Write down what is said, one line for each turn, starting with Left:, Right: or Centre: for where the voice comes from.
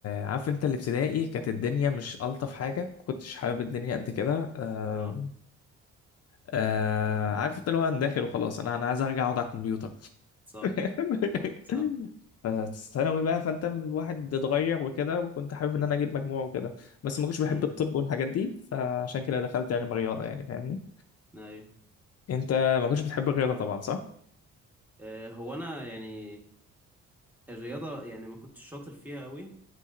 Left: عارف أنت الابتدائي كانت الدنيا مش ألطف حاجة ما كنتش حابب الدنيا قد كده آه
Centre: اه
Left: آه عارف أنت اللي هو أنا داخل وخلاص أنا أنا عايز أرجع أقعد على الكمبيوتر
Centre: صح
Left: <laughs>
Centre: صح
Left: فالثانوي بقى فأنت الواحد اتغير وكده وكنت حابب إن أنا أجيب مجموع وكده بس ما كنتش بحب
Centre: امم
Left: الطب والحاجات دي فعشان كده دخلت علم رياضة يعني فاهمني
Centre: ايوه
Left: أنت ما كنتش بتحب الرياضة طبعا صح؟
Centre: آه هو انا يعني الرياضه يعني ما كنتش شاطر فيها قوي